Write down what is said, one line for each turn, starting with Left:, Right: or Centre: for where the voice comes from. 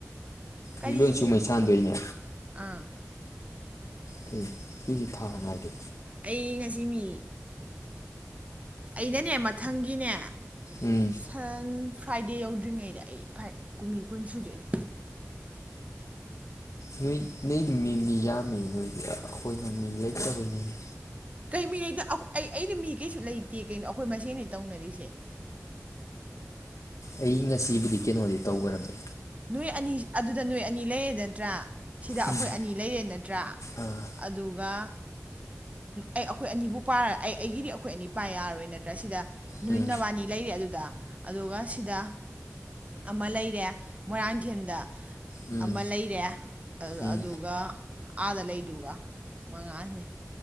Right: ꯀꯔꯤꯒꯤꯅꯣ
Left: ꯃꯤ ꯂꯣꯏ ꯁꯨꯃꯩ ꯁꯥꯟꯗꯣꯏꯅꯦ
Right: ꯑꯥ
Left: ꯐꯩ ꯐꯁꯤ ꯊꯥꯅꯉꯥꯏꯗꯤ
Right: ꯑꯩ ꯉꯁꯤ ꯃꯤ ꯑꯩꯅꯅꯦ ꯃꯊꯪꯒꯤꯅꯦ
Left: ꯎꯝ
Right: ꯁꯟ ꯐ꯭ꯔꯥꯏꯗꯦ ꯌꯧꯗ꯭ꯔꯤꯉꯩꯗ ꯑꯩꯥ ꯀꯨꯝꯃꯤ ꯀꯨꯟ ꯁꯨꯗꯣꯏꯅꯤ
Left: ꯅꯣꯏ ꯅꯣꯏ ꯃꯤ ꯃꯤ ꯌꯥꯝꯃꯤ ꯅꯣꯏꯗꯤ ꯑꯩꯈꯣꯏꯅ ꯃꯤ ꯂꯩꯇꯕꯅꯤꯅꯦ
Right: ꯀꯩ ꯃꯤꯂꯩꯇ ꯑꯧ ꯑꯩ ꯑꯩꯩꯗꯤ ꯃꯤ ꯀꯩꯁꯨ ꯂꯩꯇꯦ ꯀꯩꯅꯣ ꯑꯩꯈꯣꯏ ꯃꯁꯦꯟꯅꯤ ꯇꯧꯅꯔꯤꯁꯦ꯫
Left: ꯑꯩ ꯉꯁꯤꯕꯨꯗꯤ ꯀꯩꯅꯣꯗꯤ ꯇꯧꯒ꯭ꯔꯝꯅꯤ
Right: ꯅꯣꯏ ꯑꯅꯤ ꯑꯗꯨꯗ ꯅꯣꯏ ꯑꯅꯤ ꯂꯩꯔꯦ ꯅꯠꯇ꯭ꯔꯥ ꯁꯤꯗ ꯑꯩꯈꯣꯏ
Left: ꯎꯝ
Right: ꯑꯅꯤ ꯂꯩꯔꯦ ꯅꯠꯇ꯭ꯔꯥ
Left: ꯑꯥ
Right: ꯑꯗꯨꯒ ꯑꯩ ꯑꯩꯈꯣꯏ ꯑꯅꯤꯕꯨ ꯄꯥꯔ ꯑꯩ ꯑꯩꯒꯤꯗꯤ ꯑꯩꯈꯣꯏ ꯑꯅꯤ ꯄꯥ ꯌꯥꯔꯣꯏ ꯅꯠꯇ꯭ꯔꯥ ꯁꯤꯗ ꯅꯣꯏ
Left: ꯎꯝ
Right: ꯅꯕꯥꯅꯤ ꯂꯩꯔꯦ ꯑꯗꯨꯗ ꯑꯗꯨꯒ ꯁꯤꯗ ꯑꯃ ꯂꯩꯔꯦ ꯃꯣꯏꯔꯥꯡꯊꯦꯝꯗ
Left: ꯎꯝ
Right: ꯑꯃ ꯂꯩꯔꯦ ꯑꯗꯨ
Left: ꯎꯝ
Right: ꯑꯗꯨꯒ ꯑꯥꯗ ꯂꯩꯗꯨꯒ ꯃꯉꯥꯅꯤ